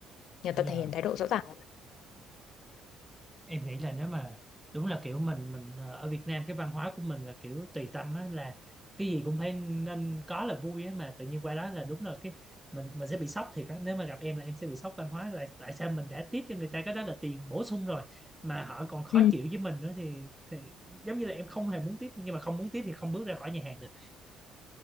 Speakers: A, on the left; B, in the centre.
A: người ta
B: yeah.
A: thể hiện thái độ rõ ràng
B: em nghĩ là nếu mà đúng là kiểu mình mình ờ, ở Việt Nam cái văn hóa của mình là kiểu tùy tâm á là cái gì cũng phải nên có là vui á mà tự nhiên qua đó là đúng là cái mình mình sẽ bị sốc thiệt á nếu mà gặp em là em sẽ bị sốc văn hóa là tại sao mình đã tiếp cho người ta cái đó là tiền bổ sung rồi mà họ còn khó
A: ừ,
B: chịu với mình nữa thì thì giống như là em không hề muốn tiếp nhưng mà không muốn tiếp thì không bước ra khỏi nhà hàng được